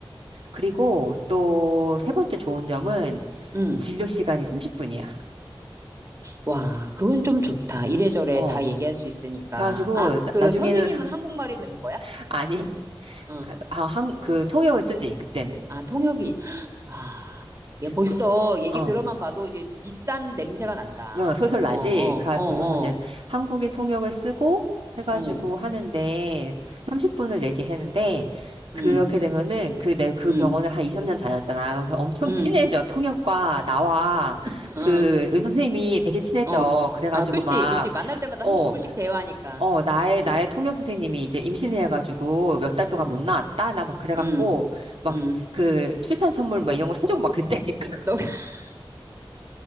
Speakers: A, on the right; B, on the right.
A: 그리고 또 세 번째 좋은 점은
B: 응.
A: 진료 시간이 30분이야.
B: 와, 그건 좀 좋다. 이래저래
A: 어.
B: 다 얘기할 수 있으니까.
A: 그래가지고,
B: 아,
A: 나,
B: 그
A: 나중에는,
B: 선생님은 한국말이 되는 거야?
A: <laughs> 아니,
B: 응.
A: 아, 한, 그 통역을 쓰지, 그때는.
B: 아, 통역이. 아, 야, 벌써
A: 그,
B: 얘기
A: 어.
B: 들어만 봐도 이제 비싼 냄새가 난다.
A: 어, 소설나지?
B: 어, 어,
A: 그래가지고서
B: 어, 어,
A: 이제 한국인 통역을 쓰고 해가지고
B: 어.
A: 하는데 30분을 얘기했는데 그렇게
B: 응,
A: 되면은 그 내 그
B: 응,
A: 병원을 한 2, 3년 다녔잖아. 그래서 엄청
B: 응,
A: 친해져. 통역과 나와
B: <laughs> 응.
A: 그 의사 선생님이 되게 친해져.
B: 어.
A: 그래가지고
B: 아, 그치,
A: 막
B: 그치. 만날 때마다
A: 어,
B: 30분씩 대화하니까.
A: 어, 나의
B: 음,
A: 나의 통역 선생님이 이제 임신을 해가지고 몇 달 동안
B: 음,
A: 못 나왔다. 나 막 그래갖고
B: 음,
A: 막
B: 음.
A: 그 출산 선물 막 이런 거 사주고 막 그랬다니까.
B: 너, <laughs>